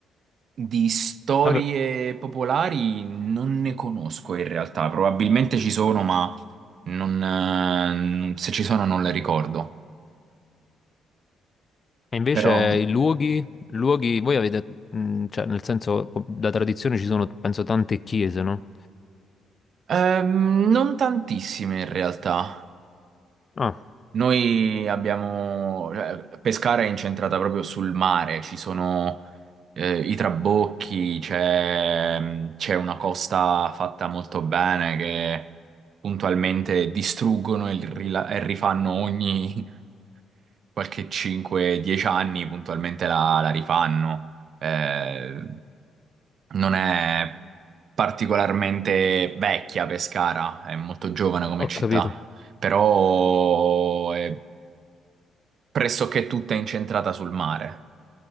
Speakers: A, on the right (about 60°); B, on the left (about 40°).
A: di storie
B: Vabbè,
A: popolari non ne conosco in realtà, probabilmente ci sono, ma non, eh, non- se ci sono non le ricordo.
B: E invece
A: Però
B: i luoghi, luoghi, voi avete, mh, cioè nel senso, co- da tradizione ci sono, penso, tante chiese, no?
A: ehm, non tantissime in realtà.
B: Ah,
A: Noi abbiamo... cioè, Pescara è incentrata proprio sul mare, ci sono eh, i trabocchi, c'è mm, c'è una costa fatta molto bene che puntualmente distruggono e, rila- e rifanno ogni <laughs> qualche 5-10 anni, puntualmente la, la rifanno. Eh, non è particolarmente vecchia Pescara, è molto giovane come
B: ho
A: città
B: capito.
A: però è pressoché tutta incentrata sul mare.